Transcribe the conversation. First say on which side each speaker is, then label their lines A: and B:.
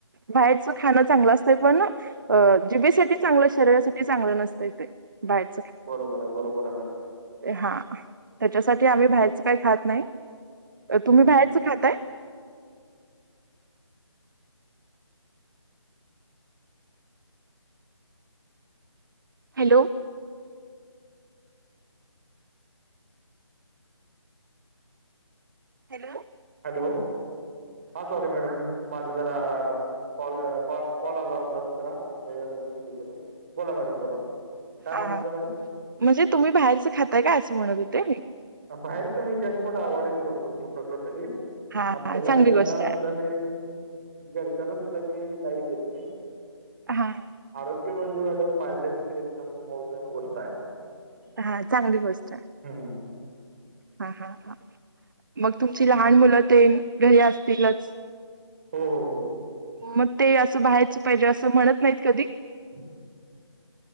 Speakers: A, on the right; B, on the right.
A: बाहेरच खाणं चांगलं असतंय पण अ जिभेसाठी चांगलं शरीरासाठी चांगलं नसतंय ते बाहेरच.
B: बरोबर आहे बरोबर आहे मॅडम
A: हा त्याच्यासाठी आम्ही बाहेरच काही खात नाही तुम्ही
B: हम्म, हम्म,
A: बाहेरच
B: हम्म.
A: खाताय हॅलो हॅलो
B: हॅलो हा सॉरी मॅडम माझं जरा कॉल कॉल आला होता दुसरा त्याच्यासाठी मी हे केल बोला मॅडम बोला काय
A: हा
B: म्हणत होता मॅडम
A: म्हणजे तुम्ही बाहेरचं खाताय का असं म्हणत होते मी
B: बाहेर तर मी जंक फूड अवॉइडच करतो पूर्ण टोटली
A: हा
B: आमच्या
A: हा चांगली
B: घरच्यांना
A: गोष्ट आहे
B: सुद्धा मी घरच्यांना सुद्धा मी काही घेत नाही
A: हा
B: आरोग्य रोग म्हणजे मॅडम माझ्यासाठी तर एकदम मौल्यवान गोष्ट आहे
A: हा चांगली गोष्ट आहे
B: हम्म
A: हा हा हा मग तुमची लहान मुलं ते घरी असतीलच
B: हो हो हो
A: मग ते असं बाहायचं पाहिजे असं म्हणत नाहीत कधी
B: <inaudible>